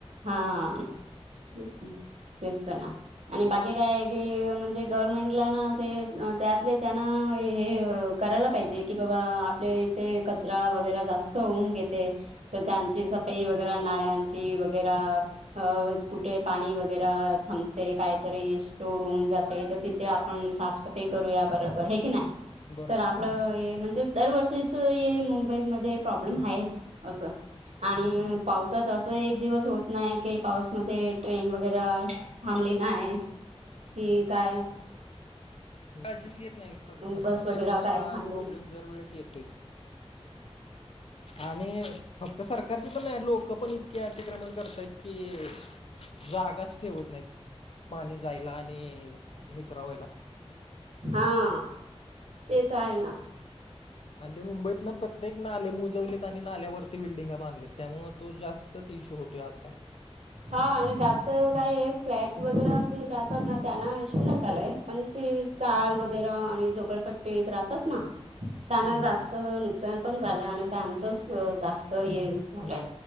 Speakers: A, on the right (about 80°); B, on the left (about 65°).
A: हा तेचत ना आणि
B: हम्म
A: बाकी काय म्हणजे गव्हर्मेंटला ना ते अ त्यातले त्यांना हे करायला पाहिजे की बाबा आपले इथे कचरा वगैरे जास्त होऊन घेते. तर त्यांची सफाई वगैरा नाळ्यांची वगैरा अ कुठे पाणी वगैरा थांबते, काहीतरी स्टोअर होऊन जाते तर ति ते आपण साफसफाई करूया बरोबर हे की नाही?
B: बरोबर
A: तर आपलं
B: हां
A: हे म्हणजे दरवर्षीच हे मुंबईमध्ये प्रॉब्लेम आहेच असं. आणि पावसात असं एक दिवस होत नाही की पाऊसमध्ये ट्रेन वगैरा थांबली नाही की आहे
B: काळजीच घेत नाही सरकार
A: बस वगैरे
B: त्यामुळं
A: काय
B: हा
A: थांबली
B: प्रॉब्लेम जर वेळेस येतोय. आणि फक्त सरकारची पण नाही लोक पण इतके अतिक्रमण करतयत की जागाच ठेवत नाहीत. पाणी जायला आणि निचरा व्हायला.
A: हा, ते तर आहे ना.
B: आणि ते मुंबईत ना प्रत्येक नाले मुजवलेत आणि नाल्यावरती बिल्डिंगा बांधलेत. त्यामुळं तो जास्त तेच इशू होतो आहे आजकाल.
A: हा आणि जास्त काय फ्लॅट वगैरे ते राहतात ना त्यांना इश्यू नाहीच आलाय, पण ते चाळ वगैरा आणि झोपडपट्टीत राहतात ना त्यांना
B: हम्म
A: जास्त
B: हम्म
A: सण पण झालंय आणि त्यांचंच जास्त हे झालंय